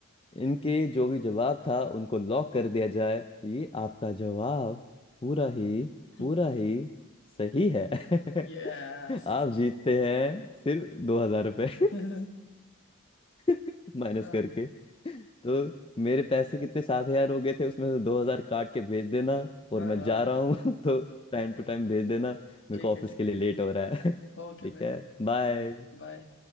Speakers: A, on the left (about 25°); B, on the left (about 55°).
A: इनके जो भी जवाब था उनको लॉक कर दिया जाए ये आपका जवाब पूरा ही
B: <laughs>
A: पूरा ही सही है <laughs>
B: यस
A: आप जीतते हैं सिर्फ दो हजार रुपये
B: <laughs> हाँ
A: <laughs> माइनस
B: हाँ
A: करके तो मेरे पैसे कितने सात हजार हो गए थे उसमें से दो हजार काट के भेज देना और
B: हाँ
A: मैं जा
B: हाँ,
A: रहा हूँ <laughs> तो टाइम टू
B: ओके
A: टाइम भेज देना मेरे
B: ठीक
A: को ऑफिस
B: है ठीक
A: के
B: है
A: लिए लेट हो रहा है <laughs> ठीक
B: ओके भाई
A: है बाय
B: बाय